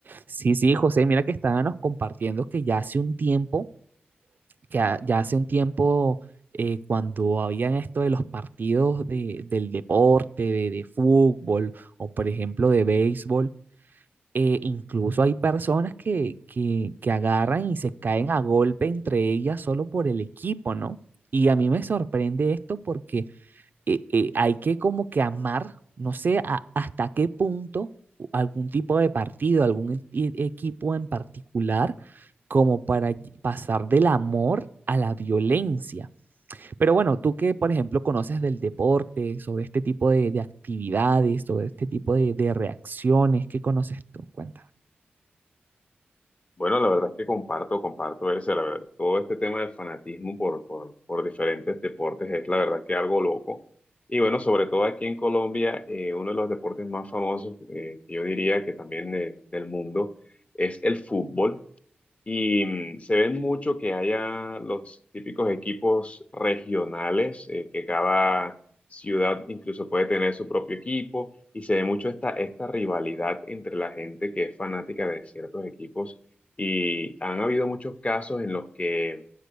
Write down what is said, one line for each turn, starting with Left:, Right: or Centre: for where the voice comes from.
Right: Sí, sí, José, mira que estábamos compartiendo que ya hace un tiempo, que ha- ya hace un tiempo, eh, cuando habían esto de los partidos de- del deporte, de, de fútbol o por ejemplo de béisbol, eh, incluso hay personas que, que, que agarran y se caen a golpe entre ellas solo por el equipo, ¿no? Y a mí me sorprende esto porque eh, eh, hay que como que amar, no sé a- hasta qué punto algún tipo de partido, algún e- e, equipo en particular, como para ll- pasar del amor a la violencia. Pero bueno, tú que, por ejemplo, conoces del deporte, sobre este tipo de, de actividades, sobre este tipo de, de reacciones, ¿qué conoces tú? Cuéntame.
Left: Bueno, la verdad es que comparto, comparto ese, la verdad, todo este tema del fanatismo por, por, por diferentes deportes es la verdad que algo loco. Y bueno, sobre todo aquí en Colombia, eh, uno de los deportes más famosos, eh, que yo diría que también de- del mundo, es el fútbol. Y mm, se ven mucho que haya los típicos equipos regionales, eh, que cada ciudad incluso puede tener su propio equipo, y se ve mucho esta, esta rivalidad entre la gente que es fanática de ciertos equipos. Y han habido muchos casos en los que